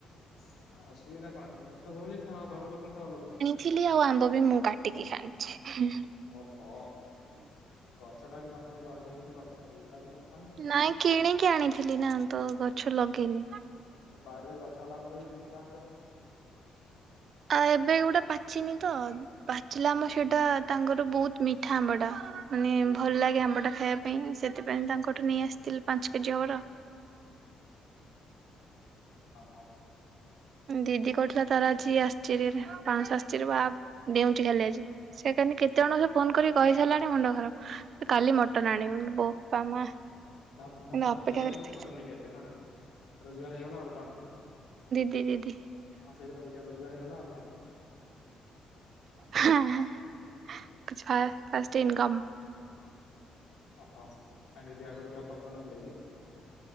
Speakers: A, on the left; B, on the right.
A: ନା ଅସୁବିଧା କଣ ମୋର ତ ହଉଛି ଖାଅ ଘର ଲୋକଙ୍କୁ ଅଲଗା
B: ଥିଲି ଆଉ ଆମ୍ବ ବି ମୁଁ କାଟିକି ଖାଇଛି।
A: ଓହୋ ଗଛ ଟା ବି ତମେ ଲଗେଇକି ଗଛ ହେଇଥିଲା କି ତମେ
B: ନାଇଁ କିଣିକି ଆଣିଥିଲି ନା ତ ଗଛ ଲଗେଇନି।
A: ବାରିରେ ଗଛ ହେଲା ପରେ ବି କିଣିକି ଆଣୁଛ।
B: ଆଉ ଏବେ ଗୋଟେ ପାଚିନି ତ ପାଚିଲା ଆମ୍ବ ସେଇଟା ତାଙ୍କର ବହୁତ ମିଠା ଆମ୍ବ ଟା ମାନେ ଭଲ ଲାଗେ ଆମ୍ବ ଟା ଖାଇବା ପାଇଁ ସେଥିପାଇଁ ତାଙ୍କଠୁ ନେଇ ଆସିଥିଲି ପାଞ୍ଚ କେଜି ହବର।
A: ଓହୋ
B: ଦିଦି କହୁଥିଲା ତାର ଆଜି ଆସିଚ ପାଞ୍ଚଶ ଆସିଚି ବା ଦେଉଁଛି ଖାଲି ଆଜି। ସେକାନି କେତେ ଜଣଙ୍କୁ ସେ ଫୋନ କରି କହିସାରିଲାଣି ମୁଣ୍ଡ ଖରାପ। କାଲି ମଟନ ଆଣିବ ବୋପା ମା।
A: ତା ମାନେ
B: କିନ୍ତୁ
A: ପାଞ୍ଚଥହ
B: ଅପେକ୍ଷା
A: ଆଇଚି
B: କରିଥିଲା
A: କାଲି ମଟନ ନେଇକି ଆସିବ ନା କଣ ରୋଜଗାର ହେଇଗଲା ଆଉ କଣ।
B: ଦି ଦିଦି
A: ହଁ ସେଇ ରୋଜଗାର ହେଇଗଲା ଆଉ କଣ।
B: ହୁଁ ଫାଷ୍ଟ ଇନକମ୍।
A: ଓହୋ କାଇଁ ଦିଦି ଆଗରୁ ଜବ୍ ଅପ୍ କରୁନଥିଲେ କି?